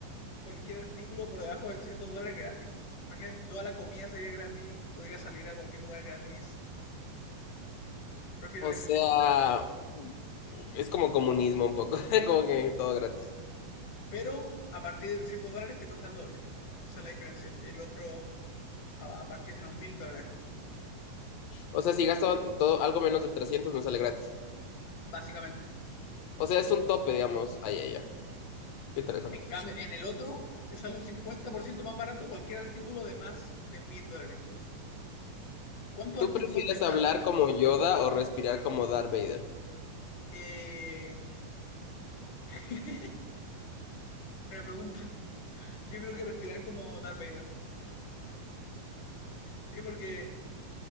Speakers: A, on the left; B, on the left.
A: cualquier artículo por debajo de 300 dólares gratis. Imagínate, toda la comida sería gratis, podría salir a cualquier lugar gratis. Prefiero
B: o
A: esa.
B: sea, es como comunismo un poco, <laughs> como que todo gratis.
A: Pero a partir de 300 dólares te cuesta el doble. Esa es la diferencia. El otro a, a partir de los mil dólares,
B: O sea, si gasto todo algo menos de 300 me sale gratis.
A: básicamente.
B: O sea, es un tope, digamos. Ay, ay, ay. Qué interesante.
A: En cambio, en el otro te sale un 50% más barato cualquier artículo de más de 1000 dólares. ¿Cuántos
B: ¿Tú
A: artículos
B: prefieres
A: de más
B: hablar
A: de-
B: como Yoda o respirar como Darth Vader?
A: eh, <laughs> Buena pregunta. Yo creo que respirar como Darth Vader. Sí, porque